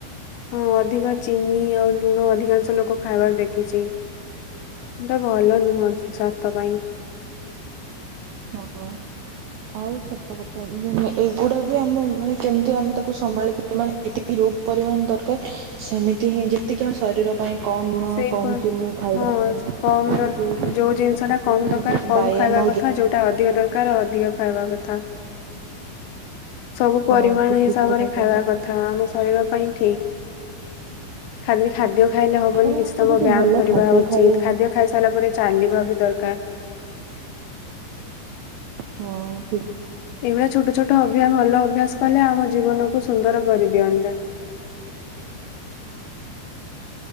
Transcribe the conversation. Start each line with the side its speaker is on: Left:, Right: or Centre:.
Left: ହଁ ଅଧିକ ଚିନି ଆଉ ଲୁଣ ଅଧିକାଂଶ ଲୋକ ଖାଇବାର ଦେଖିଛି। ତ ଭଲ ନୁହଁ ସ-ସ୍ଵାସ୍ଥ୍ୟ ପାଇଁ।
Right: ହଁ ଆଉ ସତ କଥା। ଉଁ ଏଗୁଡା ବି ଆମ ମାନେ କେମିତି ଆମେ ତାକୁ ସମ୍ଭାଳିକି ମାନେ <unintelligible> ଯୋଉ ପରିମାଣ ଦରକାର ସେମିତି ହିଁ ଯେତିକି ଆମ ଶରୀର ପାଇଁ କମ୍ ଲୁଣ,
Left: ସେଇପ
Right: କମ୍ ଚିନି ଖାଇବା
Left: ହଁ
Right: ଦରକାର।
Left: କମ
Right: ଆମେ
Left: ଦର
Right: ଯେଉଁ ସୁସ୍ଥକର
Left: ଯୋଉ ଜିନିଷ
Right: ଖାଦ୍ୟ
Left: ଟା କମ
Right: ସଙ୍ଗେ
Left: ଦରକାର
Right: ସଙ୍ଗେ ବାୟାମ
Left: <unintelligible> କଥା ଯୋଉଟା ଅଧିକ ଦରକାର ଅଧିକ ଖାଇବା କଥା। ସବୁ ପରିମାଣ
Right: ହଁ ତୁ
Left: ହିସାବରେ
Right: ଠିକ କଥା
Left: ଖାଇବା
Right: କହିଲୁ
Left: କଥା। ଆମ ଶରୀର ପାଇଁ ଠିକ୍। ଖାଲି ଖାଦ୍ୟ ଖାଇଲେ ହବନି
Right: କାରଣ
Left: କିଛି
Right: ଆମେ
Left: ସମୟ
Right: ଯଦି
Left: ବ୍ୟାୟାମ
Right: ଭଲ
Left: କରିବା
Right: ଖାଦ୍ୟ
Left: ଉଚିତ୍।
Right: ଖାଇବା
Left: ଖାଦ୍ୟ ଖାଇ ସାରିଲା ପରେ ଚାଲିବା ବି ଦରକାର।
Right: ହଁ ଠିକ୍।
Left: ଏଇଭଳିଆ ଛୋଟ ଛୋଟ ଅଭ୍ୟାସ ଭଲ ଅଭ୍ୟାସ କଲେ ଆମ ଜୀବନକୁ ସୁନ୍ଦର କରିଦିଅନ୍ତା।